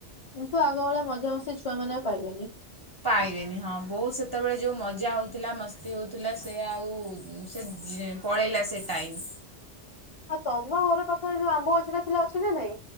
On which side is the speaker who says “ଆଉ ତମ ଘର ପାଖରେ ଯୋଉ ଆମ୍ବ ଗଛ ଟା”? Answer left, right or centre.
Left